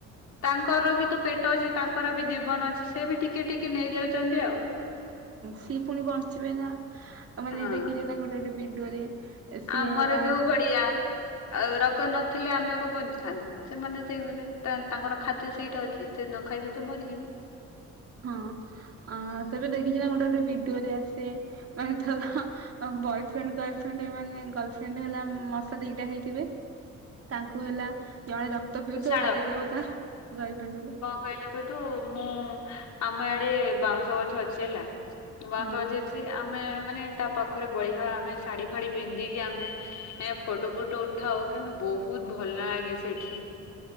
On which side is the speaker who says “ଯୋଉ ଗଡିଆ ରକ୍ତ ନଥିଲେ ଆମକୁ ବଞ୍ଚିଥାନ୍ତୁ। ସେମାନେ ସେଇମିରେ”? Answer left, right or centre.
Left